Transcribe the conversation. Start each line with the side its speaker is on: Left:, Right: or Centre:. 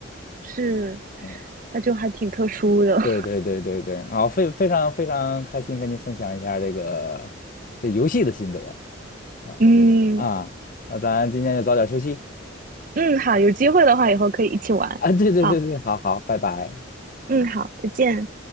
Right: 是，
Left: 嗯，
Right: 它就还挺特殊的。<laughs>
Left: 对对对对对，好，非非常非常开心跟您分享一下这个这游戏的心得。嗯
Right: 嗯
Left: 啊，那咱今天就早点休息。
Right: 嗯，好，有机会的话以后可以一起玩。
Left: 啊，对对对对，
Right: 好，
Left: 好好，拜拜。
Right: 嗯，好，再见。